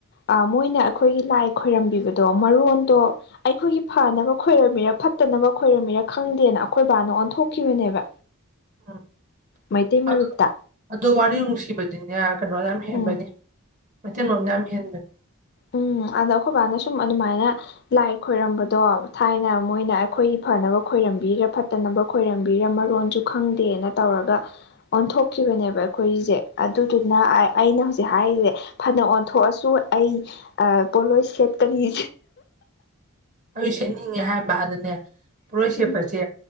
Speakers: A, on the left; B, on the right.
A: ꯑ ꯃꯣꯏꯅ ꯑꯩꯈꯣꯏꯒꯤ ꯂꯥꯏ ꯈꯣꯏꯔꯝꯕꯤꯕꯗꯣ ꯃꯔꯣꯟꯗꯣ ꯑꯩꯈꯣꯏꯒꯤ ꯐꯅꯕ ꯈꯣꯏꯔꯝꯃꯤꯔ ꯐꯠꯇꯅꯕ ꯈꯣꯏꯔꯝꯃꯤꯔꯥ ꯈꯪꯗꯦꯅ ꯑꯩꯈꯣꯏ ꯕꯥꯅ ꯑꯣꯟꯊꯣꯛꯈꯤꯕꯅꯦꯕ
B: ꯎꯝ
A: ꯃꯩꯇꯩ ꯃꯔꯨꯞꯇ
B: ꯑꯗꯨ ꯑꯗꯣ ꯋꯥꯔꯤ ꯅꯨꯡꯁꯤꯕꯗꯤꯅꯦ ꯀꯩꯅꯣꯅ ꯌꯥꯝ ꯍꯦꯟꯕꯅꯤ
A: ꯎꯝ
B: ꯃꯩꯇꯩ ꯃꯔꯨꯞꯅ ꯌꯥꯝ ꯍꯦꯟꯕꯅꯤ
A: ꯎꯝ ꯑꯗꯣ ꯑꯩꯈꯣꯏꯕꯥꯅ ꯁꯨꯝ ꯑꯗꯨꯃꯥꯏꯅ ꯂꯥꯏ ꯈꯣꯏꯔꯝꯕꯗꯣ ꯊꯥꯏꯅ ꯃꯣꯏꯅ ꯑꯩꯈꯣꯏꯒꯤ ꯐꯅꯕ ꯈꯣꯏꯔꯝꯕꯤꯔꯤꯔ ꯐꯠꯇꯅꯕ ꯈꯣꯏꯔꯝꯕꯤꯔ ꯃꯔꯣꯟꯁꯨ ꯈꯪꯗꯦꯅ ꯇꯧꯔꯒ ꯑꯣꯟꯊꯣꯛꯈꯤꯕꯅꯦꯕ ꯑꯩꯈꯣꯏꯒꯤꯁꯦ ꯑꯗꯨꯗꯨꯅ ꯑꯩꯅ ꯍꯧꯖꯤꯛ ꯍꯥꯏꯔꯤꯁꯦ ꯐꯅ ꯑꯣꯟꯊꯣꯛꯑꯁꯨ ꯑꯩ ꯄꯣꯠꯂꯣꯏ ꯁꯦꯠꯀꯅꯤ
B: ꯑꯩꯁꯨ ꯁꯦꯠꯅꯤꯡꯉꯦ ꯍꯥꯏꯕ ꯑꯗꯅꯦ ꯄꯣꯠꯔꯣꯏ ꯁꯦꯠꯄꯁꯦ
A: ꯎꯝ